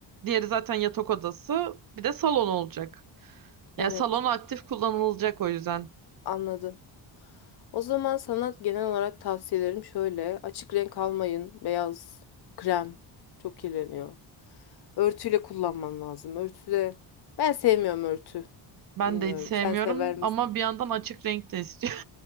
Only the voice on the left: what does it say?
evet.
Anladım. O zaman sana genel olarak tavsiyelerim şöyle. Açık renk almayın. Beyaz, krem çok kirleniyor. Örtüyle kullanman lazım. Örtüde ben sevmiyorum örtü.
Bilmiyorum.
Sen sever